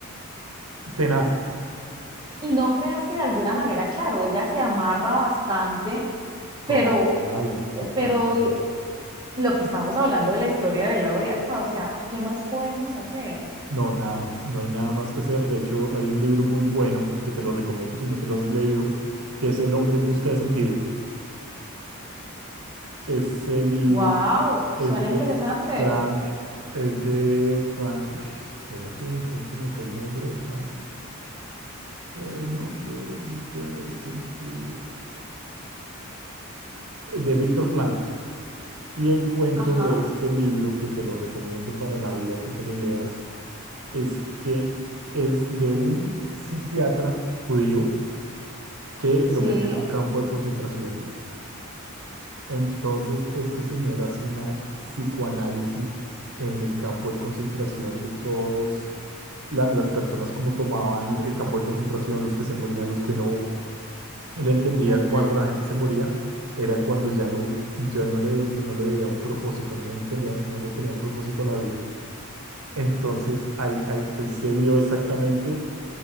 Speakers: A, on the right; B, on the right.
A: Tenaz.
B: Y no creas que de alguna manera, claro, ella se amarra bastante, pero,
A: Total,
B: eh,
A: total.
B: pero eh, lo que estamos hablando de la historia del lado de acá, o sea, ¿qué más podemos hacer?
A: No, nada más, no hay nada más que hacer. De hecho, hay un libro muy bueno que te lo recomiendo si no te lo has leído, que es El hombre en busca de sentido. Ese libro
B: Wow, suena
A: es de
B: interesante.
A: Frank, es de Frank, uy, espérate, ¿cómo se me fue el nombre de Frank? El hombre en busca de sentido. De Víctor Frank. Y el cuento
B: Ajá,
A: de este libro, que te lo recomiendo para la vida que te lo leas, es que es de un psiquiatra judío que
B: sí,
A: lo meten a un campo de concentración. Entonces, este señor hace una psicoanálisis en el campo de concentración de todos la- las personas como tomaban el campo de concentración, los que se morían, los que no. Él entendía
B: ujú,
A: cuando la gente se moría, era cuando ya no, ya no le, no le veía un propósito, no le entendía, no le tenía un propósito a la vida. Entonces, ahí, ahí, ahí se vio exactamente,